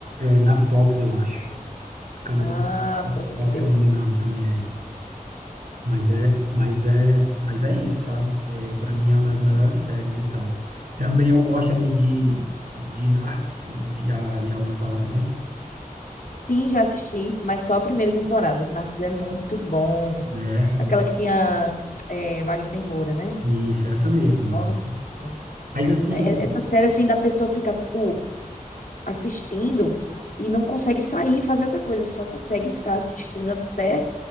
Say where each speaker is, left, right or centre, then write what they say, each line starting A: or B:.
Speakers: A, on the right (about 85°); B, on the left (about 70°).
A: É na Fox, eu acho. Canal
B: Ah,
A: do
B: pode
A: Fox,
B: crer.
A: se eu não me engano, também é. Mas é, mas é, mas é isso, sabe? É, para mim é uma das melhores
B: Uhum.
A: séries e tal. Também eu gosto ali de, de Narcos, já, já ouviu falar também?
B: Sim, já assisti, mas só a primeira temporada. Narcos é muito bom.
A: Né?
B: Aquela que tinha é, Wagner Moura, né?
A: Isso, é essa mesma.
B: Nossa.
A: Mas assim,
B: É- Essa série, assim, da pessoa ficar, tipo, assistindo e não consegue sair e fazer outra coisa, só consegue ficar assistindo até